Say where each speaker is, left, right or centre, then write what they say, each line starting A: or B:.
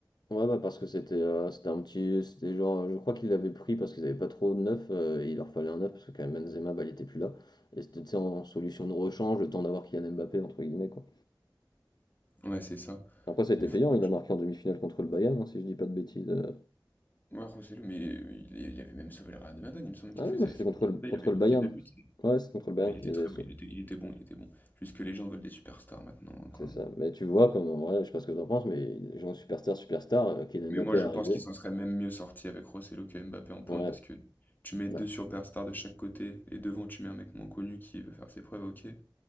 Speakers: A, on the left; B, on the left.
A: Ouais, bah, parce que c'était, heu, c'était un petit c'était genre, heu, je crois qu'ils l'avaient pris parce qu'ils avaient pas trop de neuf, heu, et il leur fallait un neuf parce que quand même Benzema, bah, il était plus là et c'était, tu sais, en solution de rechange, le temps d'avoir Kylian Mbappé entre guillemets, quoi.
B: Ouais, c'est ça.
A: Après ça a été
B: Mais franchement,
A: payant, il a marqué en demi-finale contre le Bayern, hein, si je dis pas de bêtises, euh.
B: ouais, Rosselló, mais il, il- il avait même sauvé le Real de Madrid. Il me semble qu'une
A: Ah oui,
B: fois, ils
A: ouais,
B: avaient
A: c'était
B: fait
A: contre
B: une remontada,
A: le, contre
B: il avait marqué
A: le Bayern.
B: deux buts. il-
A: Ouais, c'est contre le Bayern
B: Mais il
A: qui
B: était
A: les
B: très
A: avait sauvés.
B: bon, il était, il était bon, il était bon. Juste que les gens veulent des superstars maintenant, hein, quand
A: C'est
B: même.
A: ça. Mais tu vois, comme en vrai, je sais pas ce que t'en penses, mais les gens superstar, superstar, euh, Kylian
B: Mais
A: Mbappé
B: moi, je
A: est arrivé.
B: pense qu'ils s'en seraient même mieux sortis avec Rossello que Mbappé en pointe
A: Ouais.
B: parce que tu mets deux
A: ouais.
B: superstars de chaque côté et devant, tu mets un mec moins connu qui veut faire ses preuves, ok. Et